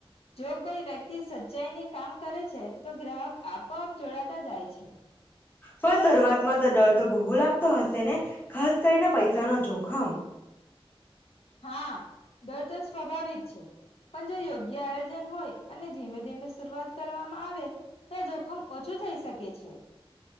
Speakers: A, on the left; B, on the left.
A: જો કોઈ વ્યક્તિ સચ્ચાઈ ને કામ કરે છે તો ગ્રાહક આપોઆપ જોડાતા જાય છે.
B: પણ શરૂઆતમાં તો ડર તો બહુ લાગતો હશે ને? ખાસ કરીને પૈસા નો જોખમ.
A: હા. ડર તો સ્વાભાવિક છે પણ જો યોગ્ય આયોજન હોય અને ધીમે ધીમે શરૂઆત કરવામાં આવે તો જોખમ ઓછું થઈ શકે છે. <inaudible>